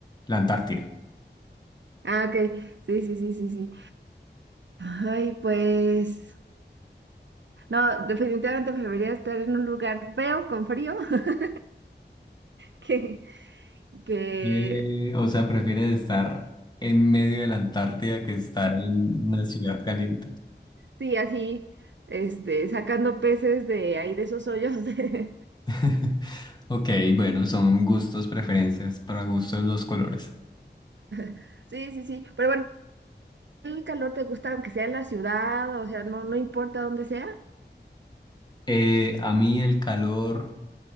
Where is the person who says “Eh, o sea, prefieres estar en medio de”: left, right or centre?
Left